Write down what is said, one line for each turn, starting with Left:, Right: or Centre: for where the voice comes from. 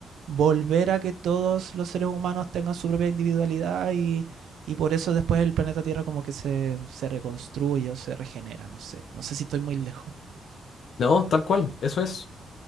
Right: volver a que todos los seres humanos tengan su propia individualidad y y por eso después el planeta Tierra como que se, se reconstruye o se regenera, no sé. No sé si estoy muy lejos.
Left: No, tal cual, eso es.